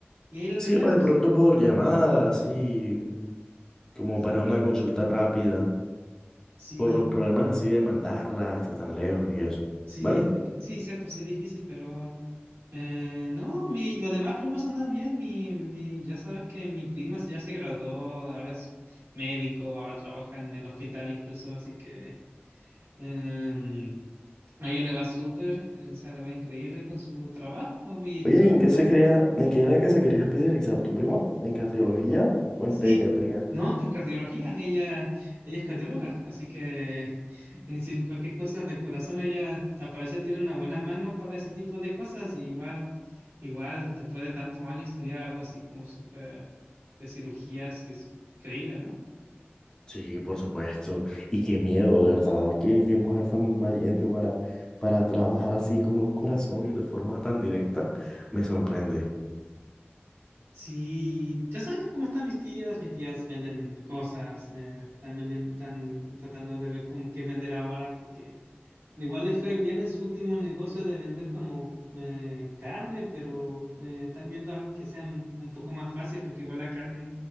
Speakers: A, on the right; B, on the left.
A: y ahí lo arreglamos.
B: Sí, o de pronto por llamada, así como
A: Sí,
B: para una consulta rápida,
A: sí,
B: por los problemas así de mandarla hasta tan lejos y eso.
A: sí,
B: ¿Vale?
A: sí, sí, cierto, sí es difícil, pero eh, no, mi, los demás primos andan bien, mi, mi, ya sabes que mi prima se- ya se graduó, ahora es médico, ahora trabaja en el hospital incluso, así que... em, A ella le va súper, o sea, le va increíble con su trabajo y
B: Oye,
A: todo,
B: ¿y en qué
A: todo-
B: se quería, en qué era que se quería especializar tu primo? ¿En cardiología o
A: sí,
B: en pediatría?
A: no, entonces cardiología, ella, ella es cardióloga, así que eh, si cualquier cosa del corazón, ella al parecer tiene una buena mano para ese tipo de cosas, y igual, igual, después de tantos años estudiar algo así como súper de cirugías, es increíble, ¿no?
B: Sí, por supuesto. Y qué miedo, de verdad. Qué, qué mujer tan valiente para, para trabajar así con un corazón de forma tan directa. Me sorprende.
A: Sí, ya sabes cómo están mis tías. Mis tías venden cosas, eh, están, vendiendo- están tratando de ver cómo qué vender ahora, porque Igual le fue bien en su último negocio de vender como eh, carne, pero eh, están viendo algo que sea un un poco más fácil, porque igual la carne,